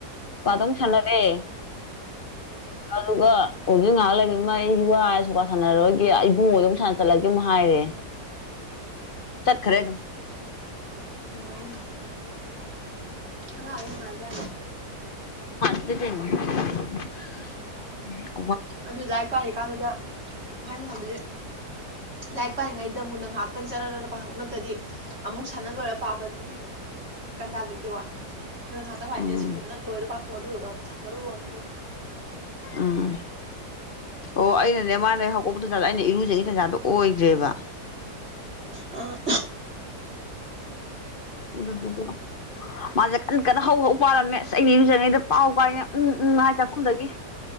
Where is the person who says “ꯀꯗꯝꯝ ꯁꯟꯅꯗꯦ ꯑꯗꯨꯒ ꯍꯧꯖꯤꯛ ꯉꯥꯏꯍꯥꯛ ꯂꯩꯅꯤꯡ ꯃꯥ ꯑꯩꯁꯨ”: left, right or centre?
Left